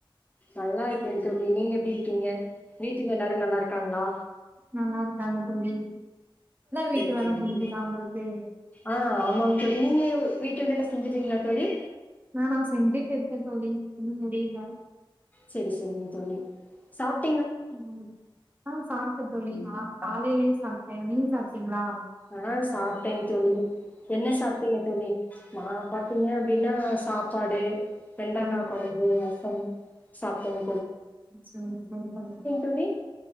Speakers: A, on the left; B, on the right.
A: நல்லா இருக்கேங்க தோழி நீங்க எப்டி இருக்கீங்க வீட்டுல எல்லாரு நல்லா இருக்காங்களா
B: நல்லா இருக்காங்க தோழி வீட்டு
A: செரி செரிங்
B: வேல முடிஞ்சுதா
A: ச
B: உங்களுக்கு
A: ஆஹ் ஆமாங் தோழி நீங்க யு வீட் டு வேலலா செஞ்சுட்டீங்களா தோழி
B: நானா செஞ்சுட்டு இருக்கே தோழி இன்னு முடில
A: செரி செரிங் தோழி சாப்
B: உம் ஆஹ சாப் டே தோழி ஆ காலைலயு சாப்டே நீங்க சாப்டீங்களா
A: ஆஹ சாப்ட்டேங் தோழி என்ன சாப்ட்டீங்க தோழி நா பாத்தீங்க அப்டின்னா சாப் பாடு வெண்டங்கா
B: ஆ
A: கொழம்பு ரசம் சாப்ட மு
B: <unintelligible>
A: தோழி